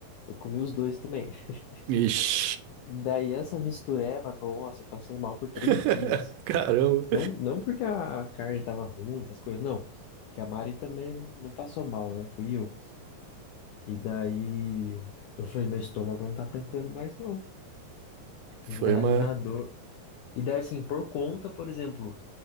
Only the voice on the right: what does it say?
Ixi!
<laughs>
Caramba!
Foi
uma.